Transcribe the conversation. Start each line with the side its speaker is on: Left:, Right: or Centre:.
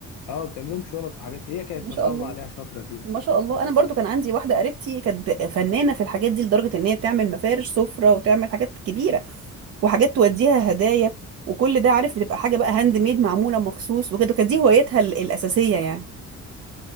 Left: اه بتعملهم شنط وحاجات هي كانت
Right: ما
Left: ما
Right: شاء
Left: شاء
Right: الله
Left: الله عليها شاطره فيه
Right: ما شاء الله انا برضو كان عندي واحده قريبتي كانت ب- فنانه في الحاجات دي لدرجه ان هي بتعمل مفارش سفره وتعمل حاجات كبيره وحاجات توديها هدايا وكل ده عارف بتبقى حاجه بقى هاند ميد معموله مخصوص وكده كانت دي هوايتها ال- الاساسيه يعني